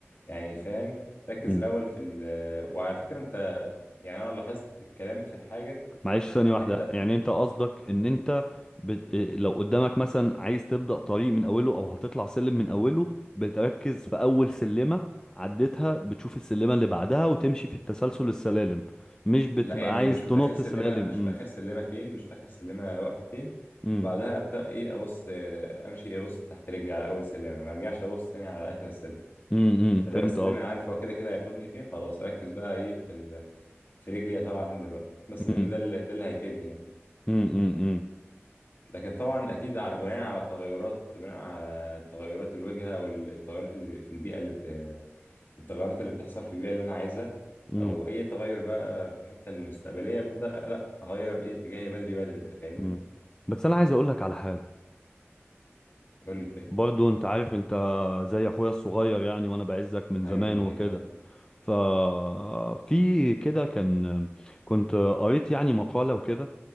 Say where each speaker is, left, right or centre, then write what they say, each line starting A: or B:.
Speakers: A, on the left; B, on the left.
A: يعني فاهم ركز
B: امم
A: الاول في ال... وعلى فكرة انت يعني انا لاحظت الكلام في الحاجه
B: معلش ثانية واحدة
A: انت
B: يعني انت قصدك ان انت ب... إيه، لو قدامك مثلا عايز تبدأ طريق من اوله او هتطلع سلم من اوله بتركز في اول سلمة عديتها بتشوف السلمة اللي بعدها وتمشي في التسلسل السلالم مش بتبقى
A: لا يعني
B: عايز
A: بشوف
B: تنط
A: اخر سلمه
B: سلالم
A: بشوف اخر سلمه فين بشوف اخر سلمه واقفه فين
B: امم
A: وبعدها ابدا ايه ابص آه، امشي إيه، ابص تحت رجلي على اول سلمه ما ارجعش ابص تاني على اخر السلم
B: امم امم فهمت
A: فدام السلم
B: قصدك
A: انا عارف هو كده كده هياخدني فين خلاص اركز بقى ايه في ال... في رجلي طالعه فين دلوقتي بس لان
B: امم
A: ده اللي ده اللي هيفيدني يعني
B: امم
A: لكن طبعا اكيد على بناء على التغيرات بناء على تغيرات الواجهه والتغيرات اللي في البيئه اللي آه، التغيرات اللي بتحصل في البيئه اللي انا عايزها
B: امم
A: او اي تغير بقى في الحته المستقبليه ببدا لا اغير ايه اتجاهي بدري بدري انت فاهمني
B: امم بس انا عايز اقول لك على حاجة
A: قول لي طيب
B: برضو انت عارف انت زي اخويا الصغير يعني وانا بعزك من
A: حبيبي
B: زمان وكده
A: حبيبي قلبي.
B: ففي كده كان كنت قريت يعني مقالة وكده